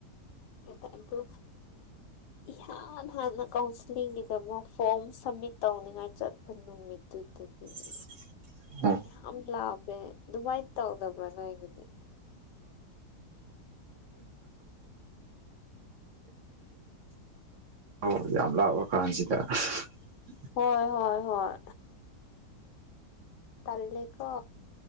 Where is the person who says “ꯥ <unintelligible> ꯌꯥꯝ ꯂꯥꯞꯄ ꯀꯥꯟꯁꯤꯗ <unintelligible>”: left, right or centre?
Right